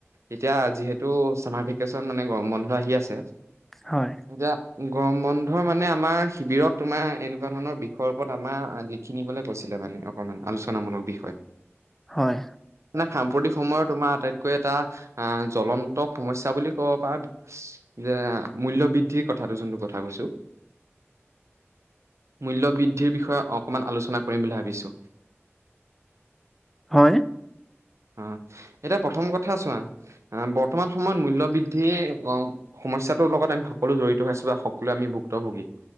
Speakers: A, on the right; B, in the centre.
A: এতিয়া যিহেতু চামাৰ ভেকেচন মানে গৰম বন্ধ আহি আছে,
B: হয়
A: এতিয়া গৰম বন্ধ মানে আমাৰ শিবিৰত তোমাৰ এনেকুৱা ধৰণৰ বিষয়ৰ ওপৰত আমাৰ লিখিনিবলৈ কৈছিলে মানে অকণমান আলোচনামূলক বিষয়।
B: হয়
A: নে সাম্প্ৰতিক সময়ৰ তোমাৰ আটাইত কৈ এটা আহ জ্বলন্ত সমস্যা বুলি ক'ব পাৰ যে মূল্যবৃদ্ধিৰ কথা নটো কথা কৈছো, মূল্যবৃদ্ধিৰ বিষয়ে অকমান আলোচনা কৰিম বুলি ভাবিছো।
B: হয়।
A: অ', এতিয়া প্ৰথম কথা চোৱা বৰ্তমান সময়ত মূল্য বৃদ্ধিয় সমস্যাটোৰ লগত আমি সকলো জড়িত হৈ আছো বা সকলোৱে আমি ভুক্তভোগী,